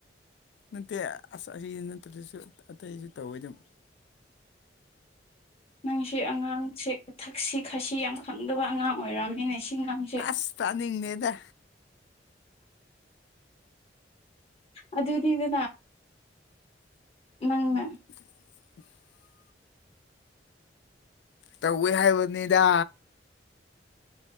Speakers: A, on the left (about 70°); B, on the left (about 35°).
A: ꯅꯠꯇꯦ ꯑꯁ ꯑꯁꯤꯁꯨ ꯅꯠꯇ꯭ꯔꯗꯁꯨ ꯑꯇꯩꯁꯨ ꯇꯧꯋꯤ ꯑꯗꯨꯝ
B: ꯅꯪꯁꯤ ꯑꯉꯥꯡꯁꯦ ꯊꯛꯁꯤ ꯈꯥꯁꯤ ꯌꯥꯝ ꯈꯪꯗꯕ ꯑꯉꯥꯡ ꯑꯣꯏꯔꯝꯅꯤꯅꯦ ꯁꯤ ꯑꯉꯥꯡꯁꯦ
A: ꯑꯁ ꯇꯥꯅꯤꯡꯗꯦꯗ
B: ꯑꯗꯨꯗꯤꯅ ꯅꯪꯅ
A: <unintelligible> ꯇꯧꯋꯦ ꯍꯥꯏꯕꯅꯤꯗ